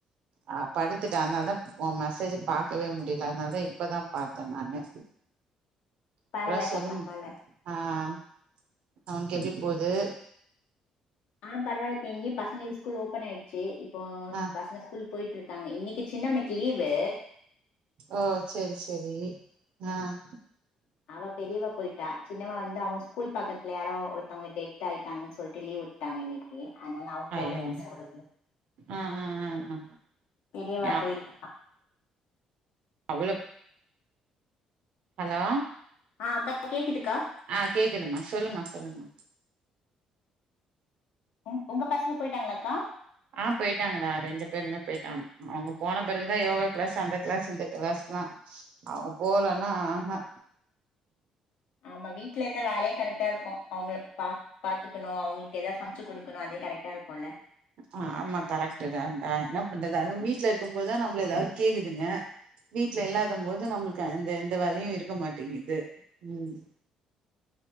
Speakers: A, on the right (about 55°); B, on the left (about 80°).
A: அஹ் படுத்துட்டேன் அதனாலதான் மெசேஜ் பாக்கவே முடியல அதனாலதான் இப்பதான் பாத்தேன் நானு
B: பரவால்லக்கா
A: அப்புறம் சொல்லும்
B: பரவால்ல
A: ஆஹ் அவனுக்கு எப்படி போகுது
B: ஆஹ பரவாயில்ல யிங்கே பசங்களுக்கு ஸ்கூல் ஓப்பன் ஆயிடுச்சு இப்ப
A: ஆ
B: பசங்க ஸ்கூல் போயிட்டு இருக்கு இருக்காங்க இன்னைக்கு சின்னவனுக்கு லீவு
A: ஓ சரி சரி ஆஹ்
B: அவ பெரியவா போயிட்டா சின்னவா வந்து அவங்க ஸ்கூல் பக்கத்துல யாரோ ஒருத்தங்க டெட் ஆயிட்டாங்கன்னு சொல்லிட்டு லீவ் விட்டாங்க இன்னைக்கு அதனால அவன்
A: ஐயோ
B: போல எ ஸ்கூலக்கு
A: ஆ ஆ ஆ ஆ
B: தெரியவா
A: யா
B: இவபோயிருக்கான்
A: மல ஹலோ
B: ஆஹ் கேக்குதுக்கா
A: ஆஹ் கேக்குதமா சொல்லுமா சொல்லுமா
B: உங உங்க பசங்க போயிட்டாங்களாக்கா
A: ஆஹ் போயிட்டாங்கடா ரெண்டு பேருமே போயிட்டாங்க அவங்க போன பிறகுதான் யோகா கிளாஸ் அந்த கிளாஸ் இந்த கிளாஸ்ல்லாம் அவங்க போலன்னா ஆஹ
B: ஆமா வீட்டுல இருந்த வேலையையும் கரெக்டா இருக்கும் அவங்களை பா பாத்துக்கணும் அவங்களுக்கு ஏதாவது சமைச்சு கொடுக்கணும் அதே கரெக்டா இருக்கும்ல்ல
A: ஆஹ் ஆமா கரெக்டு தான்டா என்ன பண்றது அதுவும் வீட்ல இருக்கும் போதுதான் நம்மள ஏதாவது கேக்குதுங்க வீடல இல்லாத போது நம்மளுக்கு அந்த எந்த வேலையும் இருக்க மாட்டேங்குது உஹம்